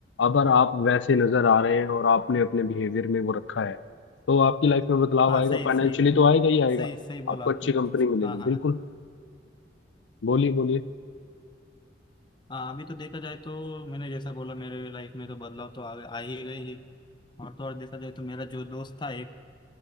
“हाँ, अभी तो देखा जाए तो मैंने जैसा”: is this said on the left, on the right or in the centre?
Left